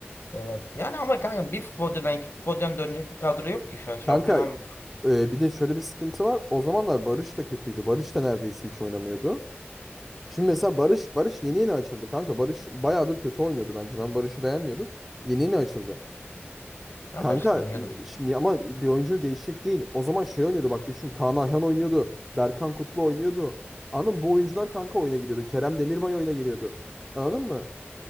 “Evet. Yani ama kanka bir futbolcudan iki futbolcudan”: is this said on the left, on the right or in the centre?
Left